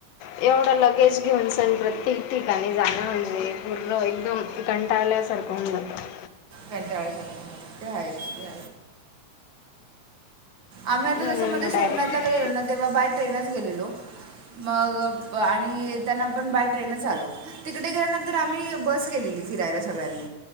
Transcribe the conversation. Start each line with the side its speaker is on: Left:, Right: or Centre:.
Left: एवढ लगेच घेऊन सण प्रत्येक ठिकाणी जाणं म्हणजे पूर्लं एकदम कंटाळल्यासारखं <inaudible>
Right: कंणटळ्यासारख्या ते हाच ते आम्ही आता
Left: म्हणून
Right: जस मध्ये
Left: मग
Right: सोमनाथलाडे
Left: डायरेक्ट
Right: गेलो ना तेव्हा बाय ट्रेनच गेलेलो. मग आणि येताना पण बाय ट्रेनच आलो. तिथे गेल्यानंतर आम्ही बस केलेली फिरायला सगळ्यांनी